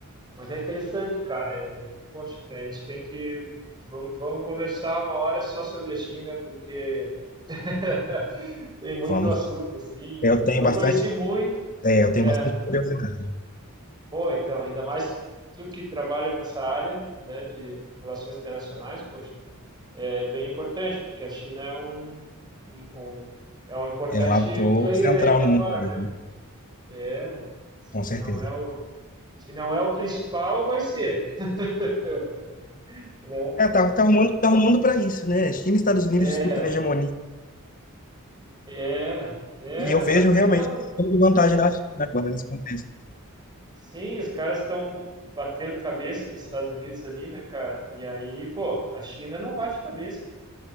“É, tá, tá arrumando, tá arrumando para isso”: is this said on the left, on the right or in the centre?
Left